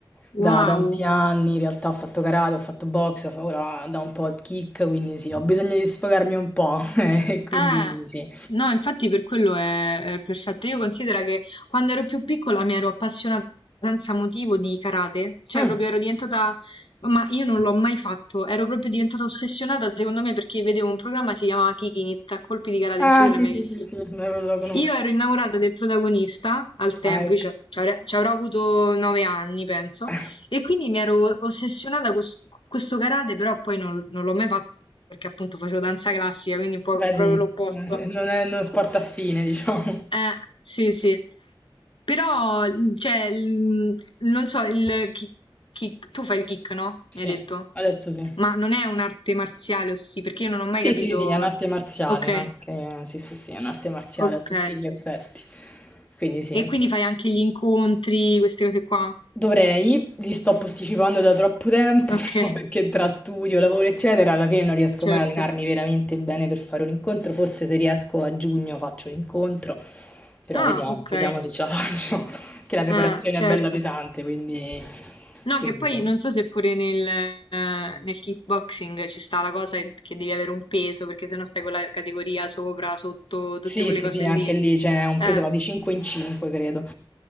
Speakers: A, on the left; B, on the left.
A: Wow.
B: da tanti anni, in realtà ho fatto karate, ho fatto box, ora da un po' di kick, quindi sì, ho bisogno di sfogarmi un po', <laughs> e quindi
A: Eh,
B: sì.
A: no, infatti per quello è, è perfetto. Io considero che quando ero più piccola mi ero appassionata senza motivo di karate, cioè
B: Mm.
A: proprio ero diventata, ma io non l'ho mai fatto, ero proprio diventata ossessionata secondo me perché vedevo un programma che si chiamava Kick It, a colpi di karate,
B: Ah,
A: non so se
B: sì,
A: l'hai mai
B: sì,
A: visto.
B: sì, sì, lo lo conosco.
A: Io ero innamorata del protagonista al tempo,
B: Ah, ecco.
A: io ci ci avrei- ci avrò avuto nove anni, penso,
B: <laughs>
A: e quindi mi ero ossessionata con s- con questo karate, però poi non, non l'ho mai fatto perché appunto facevo danza classica, quindi un po'
B: Beh,
A: proprio
B: sì,
A: l'opposto.
B: eh, non è uno sport affine, diciamo.
A: Eh, sì, sì. Però, cioè, il- non so, il kick, kick- tu fai il kick, no?
B: Sì,
A: Mi hai detto.
B: adesso sì.
A: Ma non è un'arte marziale, o sì, perché io non ho
B: Sì,
A: mai capito.
B: sì, sì, è un'arte marziale,
A: Ok,
B: no? Che- sì, sì, sì, è un'arte marziale
A: ok.
B: a tutti gli effetti. Quindi sì,
A: E quindi fai anche gli incontri, queste cose qua.
B: dovrei, li sto posticipando da troppo tempo <laughs>
A: Ok,
B: perché tra studio, lavoro, eccetera, alla fine non riesco
A: certo.
B: mai a allenarmi veramente bene per fare un incontro. Forse se riesco a giugno faccio l'incontro, però
A: Ah,
B: vediamo,
A: ok.
B: vediamo se ce la faccio, <laughs> che la preparazione
A: Ah, certo.
B: è bella pesante, quindi,
A: No,
B: quindi
A: che poi
B: sì.
A: non so se pure nel, eh, nel kickboxing ci sta la cosa che che devi avere un peso, perché sennò stai con la categoria sopra, sotto, tutte
B: Sì,
A: quelle
B: sì,
A: cose
B: sì, anche
A: lì.
B: lì c'è un
A: Eh,
B: peso va di 5 in 5, credo.